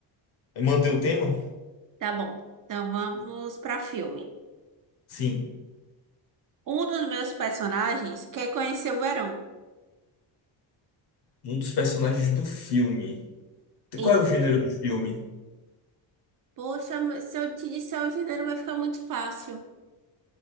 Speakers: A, on the left (about 55°); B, on the right (about 45°).
A: manter o tema?
B: Tá bom. Então vamos pra filme.
A: Sim.
B: Um dos meus personagens quer conhecer o verão.
A: Um dos personagens do filme.
B: Isso.
A: Qual é o gênero do filme?
B: Poxa, mas se eu te disser o gênero, vai ficar muito fácil.